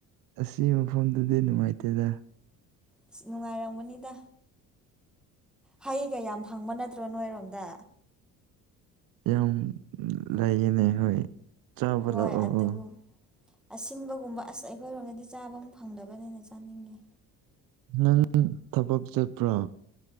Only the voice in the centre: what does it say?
ꯑꯁ ꯅꯨꯡꯉꯥꯏꯔꯝꯒꯅꯤꯗ ꯍꯩꯒ ꯌꯥꯝ ꯐꯪꯕ ꯅꯠꯇ꯭ꯔꯣ ꯅꯣꯏꯔꯣꯝꯗ
ꯍꯣꯏ
ꯑꯗꯨꯒꯨꯝ ꯑꯁꯤꯟꯕꯒꯨꯝꯕ ꯑꯁ ꯑꯩꯈꯣꯏꯔꯣꯝꯗꯗꯤ ꯆꯥꯕ ꯑꯃ ꯐꯪꯗꯕꯅꯦꯅ ꯆꯥꯅꯤꯡꯉꯦ